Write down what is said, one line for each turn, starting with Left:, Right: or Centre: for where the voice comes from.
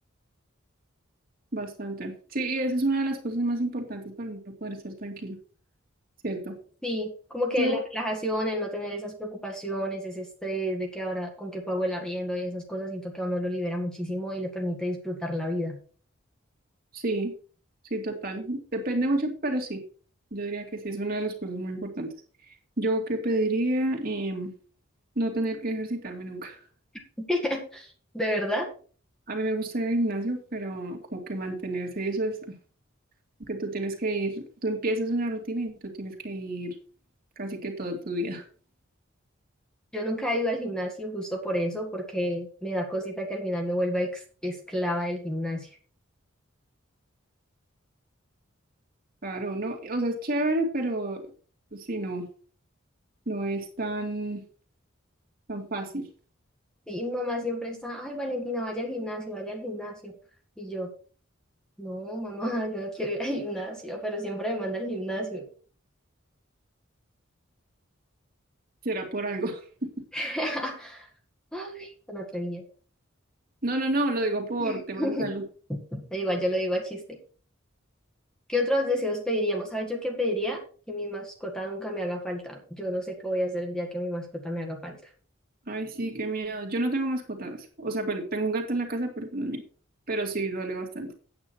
Right: Bastante. Sí, y esa es una de las cosas más importantes para no poder estar tranquilo, ¿cierto?
Centre: Sí, como que
Right: Yo,
Centre: la relajación, el no tener esas preocupaciones, ese estrés de que ahora con qué pago el arriendo y esas cosas, siento que a uno lo libera muchísimo y le permite disfrutar la vida.
Right: Sí, sí, total. Depende mucho, pero sí. Yo diría que sí, es una de las cosas muy importantes. Yo que pediría Em, no tener que ejercitarme nunca. <laughs>
Centre: <laughs> ¿De verdad?
Right: A mí me gusta ir al gimnasio, pero como que mantenerse, y eso es, que tú tienes que ir, tú empiezas una rutina y tú tienes que ir casi que toda tu vida. <laughs>
Centre: Yo nunca he ido al gimnasio justo por eso, porque me da cosita que al final me vuelva ex- esclava del gimnasio.
Right: Claro, no, o sea, es chévere, pero sí, no, no es tan, tan fácil.
Centre: Y mi mamá siempre está, ay, Valentina, vaya al gimnasio, vaya al gimnasio. Y yo, no, mamá, <laughs> yo no quiero ir al gimnasio, pero siempre me manda al gimnasio.
Right: Será por algo. <laughs>
Centre: <laughs> Ay, tan atrevida.
Right: No, no, no, lo digo por
Centre: <laughs>
Right: temas de salud.
Centre: Pero Igual yo lo digo a chiste. ¿Qué otros deseos pediríamos? ¿Sabes yo qué pediría? Que mi mascota nunca me haga falta. Yo no sé qué voy a hacer el día que mi mascota me haga falta.
Right: Ay, sí, qué miedo. Yo no tengo mascotas. O sea, bueno, tengo un gato en la casa, pero pues no es mío. Pero sí, duele bastante.